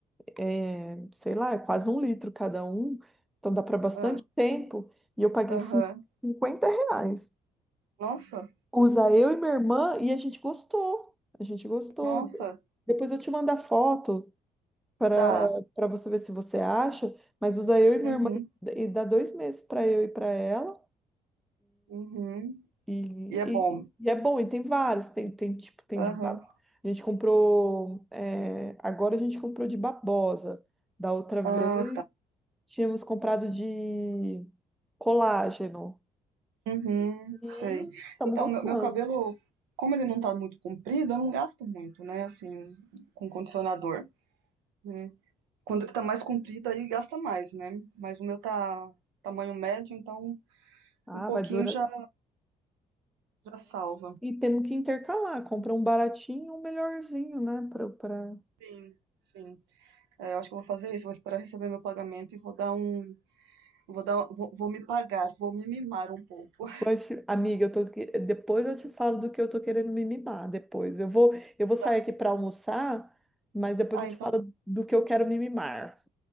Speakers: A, in the centre; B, on the right.
A: é, sei lá, é quase um litro cada um, então dá para bastante
B: ah,
A: tempo, e eu paguei
B: aham.
A: cin- 50 reais.
B: Nossa,
A: Usa eu e minha irmã, e a gente gostou, a gente gostou.
B: nossa,
A: Depois eu te mando a foto para
B: tá.
A: para você ver se você acha, mas usa eu e minha
B: Uhum,
A: irmã, e dá dois meses para eu e para ela,
B: uhum.
A: E,
B: E é
A: e-
B: bom.
A: e é bom, e tem vários, tem, tem tipo, tem
B: Aham.
A: de ba- A gente comprou, é, agora a gente comprou de babosa. Da outra vez
B: Ah,
A: tínhamos comprado de colágeno.
B: Uhum,
A: E
B: sei.
A: estamos
B: Então,
A: gostando.
B: meu, meu cabelo, como ele não tá muito comprido, eu não gasto muito, né? Assim, com condicionador. né? Quando ele tá mais comprido, aí gasta mais, né? Mas o meu tá tamanho médio, então
A: Ah,
B: um pouquinho
A: vai durar.
B: já, já salva.
A: E temos que intercalar, compra um baratinho e um melhorzinho, né? Pra, pra...
B: Sim, sim. É, eu acho que eu vou fazer isso, vou esperar receber meu pagamento e vou dar um. Vou dar, vou, vou me pagar, vou me mimar um pouco.
A: Mas, amiga, eu tô... que- depois eu te falo do que eu tô querendo me mimar depois. Eu vou, eu vou sair
B: <laughs>
A: aqui para almoçar, mas depois
B: Ah,
A: eu te
B: então
A: falo do que eu quero me mimar.